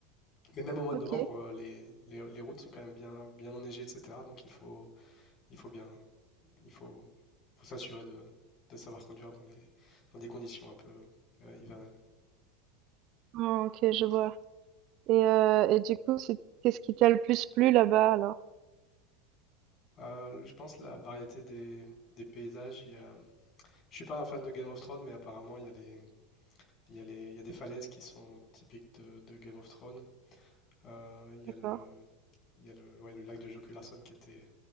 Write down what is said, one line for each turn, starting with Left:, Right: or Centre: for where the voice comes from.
Left: Mais même au mois
Right: ok.
Left: de novembre, euh, les, les- les routes sont quand même bien, bien enneigées, etc. Donc il faut, il faut bien, il faut, faut s'assurer de, de savoir conduire dans les, dans des conditions un peu euh, hivernales.
Right: Ah, ok, je vois. Et, heu, et du coup, c'est qu'est-ce qui t'a le plus plu là-bas alors?
Left: Euh, je pense la variété des, des paysages. il y a- Je suis pas un fan de Game of Thrones, mais apparemment il y a des, Il y a les, il y a des falaises qui sont typiques de, de Game of Thrones. Euh, il y
Right: D'accord.
Left: a le, il y a le, ouais, le lac de Joku Larson qui était